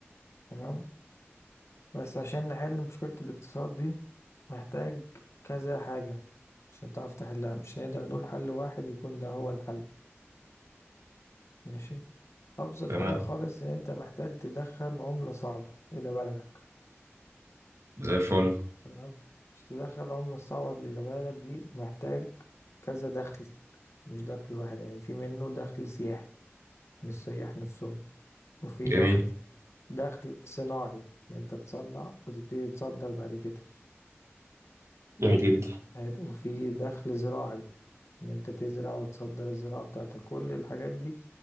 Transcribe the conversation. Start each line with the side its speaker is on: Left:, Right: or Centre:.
Left: تمام بس عشان نحل مشكلة الاقتصاد دي محتاج كذا حاجة عشان تعرف تحلها مش نقدر نقول حل واحد يكون ده هو الحل ماشي أبسط
Right: تمام
Left: حاجة خالص إن أنت محتاج تدخل عملة صعبة إلى بلدك
Right: زي الفل
Left: تمام عشان تدخل العملة الصعبة إلى بلدك دي محتاج كذا دخل مش دخل واحد يعني في منه دخل سياحي من السياح نفسهم وفي
Right: جميل
Left: دخل دخل صناعي ان انت تصنع وتبتدي تصدر بعد كده
Right: جميل جدا
Left: حلو. وفي دخل زراعي ان انت تزرع وتصدر الزراعة بتاعتك كل الحاجات دي